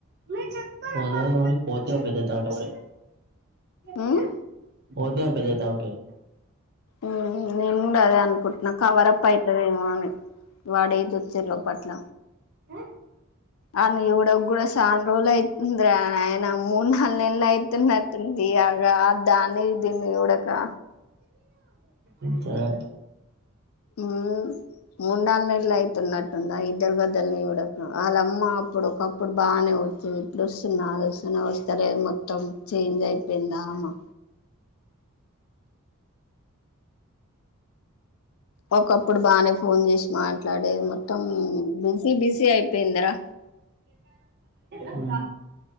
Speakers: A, on the right; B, on the left.
A: మంగళవారం వరకు పోతే పెద్ద తాటువాయే చెప్తాం
B: ఉమ్
A: పోతే పెదగతాఉంటాయ్
B: ఉమ్ నేను కూడా అదే అనుకుంటున్నా కవరప్ అయితదేమో అని వాడి ఏజ్ వచ్చే లోపట్ల
A: ఉ
B: అన్ని చూడక్గూడ చాన్ రోజు లైతుంది రా ఆయన మూడు నాలుగు నెలలు అయితున్నటుంది అగా దాన్నీ దీన్ని చూడకా
A: ఇంట్లోనే
B: ఉమ్ మూడు నాలు నెలలు అయితున్నట్టుందా ఇద్దరు గదులని ఇవ్వడ వాళ్ళమ్మ అప్పుడు ఒకప్పు ఇప్పుడు బాగానే వచ్చు ఇప్పుడు వస్తున్న అది వస్తు వ సరే మొత్తం చేంజ్ అయిపోయిందా ఆమా ఒకప్పుడు బానే ఫోన్ చేసి మాట్లాడేది మొత్తం బిజీ బిజీ అయిపోయిందరా
A: ఉమ్